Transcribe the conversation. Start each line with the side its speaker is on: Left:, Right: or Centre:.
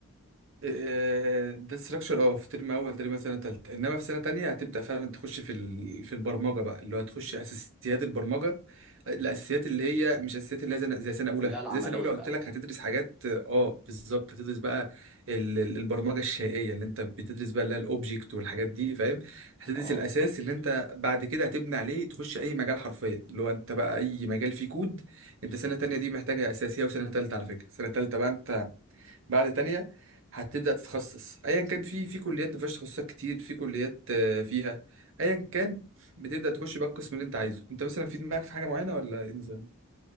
Right: إيه، ده ستراكشر اه في ترم أول ترم سنة تالتة إنما في سنة تانية هتبدأ فعلا تخش في ال... في البرمجة بقى اللي هو هتخش أساسيات البرمجة الاساسيات اللي هي مش اساسيات اللي هي زي زي سنه اولى
Centre: اللي هي العملية
Right: زي سنه اولى قلت
Centre: بقى
Right: لك هتدرس حاجات اه بالظبط هتدرس بقى ال- ال- البرمجه الشيئيه اللي انت بتدرس بقى اللي هي الاوبجكت والحاجات دي فاهم هتدرس
Centre: اه
Right: الاساس اللي انت بعد كده هتبني عليه تخش اي مجال حرفيا اللي هو انت بقى اي مجال فيه كود انت سنه تانية دي محتاجه اساسيه وسنه تالتة على فكره سنه تالتة بقى انت بعد تانية هتبدأ تتخصص ايا كان في في كليات ما فيهاش تخصصات كتير في كليات آه، فيها ايا كان بتبدأ تخش بقى القسم اللي انت عايزه انت مثلا في دماغك في حاجة معينة ولا ايه النظام